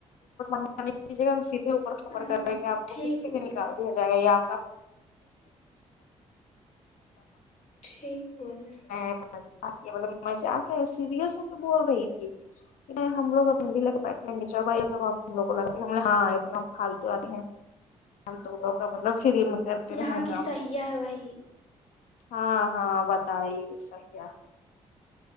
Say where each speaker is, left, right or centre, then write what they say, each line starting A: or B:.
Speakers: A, on the left; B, on the left.
A: <inaudible> سیدھے خبر
B: ہاں
A: کر رہیں گے آپ کو
B: ٹھیک
A: پھر سیدھے
B: بولے
A: نکال دیا جائے گا
B: ٹھیک بولے
A: <unintelligible> آ کے مطلب مجاک ہے سیریس ہو کے بول رہی تھی کی نہیں ہم لوگ اب مہندی لے کے بیٹھے گے جب آیے گا تب آپ ہم لوگ کو لگایئے گا تو ہم نے ہاں اتنا پھالتو آدمی ہیں ہم تو لگ کا مطلب فری میں کرتے
B: یہاں
A: رہیں گے
B: کی صحح آ ہے وہی
A: ہاں ہاں بتائی ایسا کیا